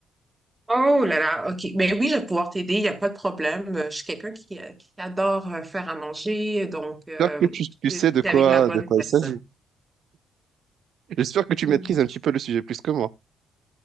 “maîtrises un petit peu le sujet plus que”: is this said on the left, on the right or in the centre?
Right